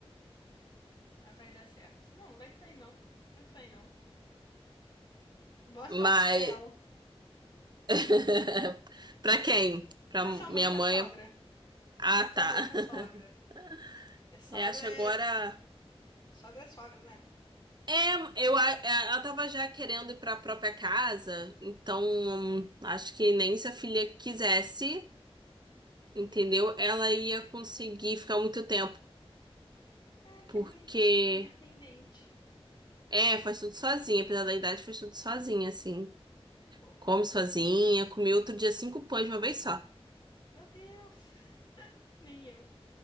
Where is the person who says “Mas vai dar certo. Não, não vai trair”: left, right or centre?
Left